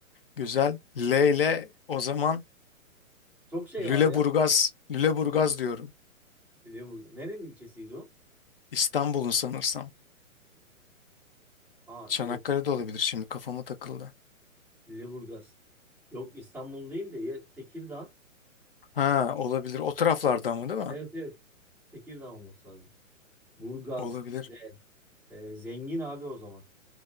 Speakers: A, on the left; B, in the centre.
A: güzel. L ile o zaman
B: Çok şey
A: Lüleburgaz,
B: var ya.
A: Lüleburgaz diyorum.
B: Lüleburgaz. Nerenin ilçesiydi o?
A: İstanbul'un sanırsam.
B: Aa
A: Çanakkale'de
B: yok.
A: olabilir şimdi kafama takıldı.
B: Lüleburgaz. Yok İstanbul değil de ya Tekirdağ.
A: Ha olabilir. O taraflarda ama değil mi?
B: Evet evet. Tekirdağ olması lazım. Burgaz.
A: Olabilir.
B: Z- e, zengin abi o zaman.